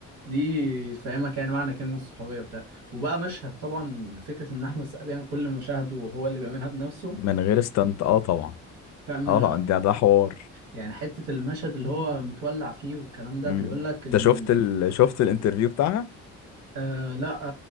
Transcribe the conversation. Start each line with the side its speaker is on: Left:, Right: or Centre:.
Right: دي تفهمك يعني معنى كلمه الصحوبيه بتاع وبقى مشهد طبعا فكره ان احمد السقا بيعمل كل مشاهده وهو اللي بيعملها بنفسه
Left: من غير استنت اه طبعا
Right: فاهم
Left: اه طبعا ده ده حوار
Right: يعني حتة المشهد اللي هو متولع فيه والكلام ده
Left: مم.
Right: بيقول لك إن
Left: انت شفت ال... شفت الانترفيو بتاعها
Right: آه لا